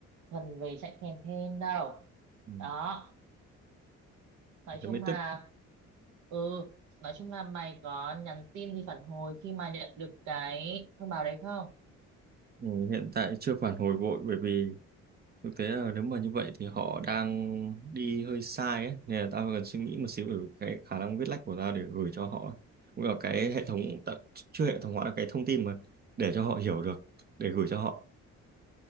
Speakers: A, on the right; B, on the right.
A: thuần về chạy campaign đâu
B: Ừ.
A: đó nói
B: thế
A: chung
B: mới
A: là
B: tức
A: ừ nói chung là mày có nhắn tin thì phản hồi khi mà nhận được cái thông báo đấy không
B: Ừ, hiện tại chưa phản hồi vội bởi vì thực tế là nếu mà như vậy thì họ đang đi hơi sai ấy nên là tao cần suy nghĩ một xíu về cái khả năng viết lách của tao để gửi cho họ cũng là cái hệ thống tạo- chưa hệ thống hóa cái thông tin mà để cho họ hiểu được để gửi cho họ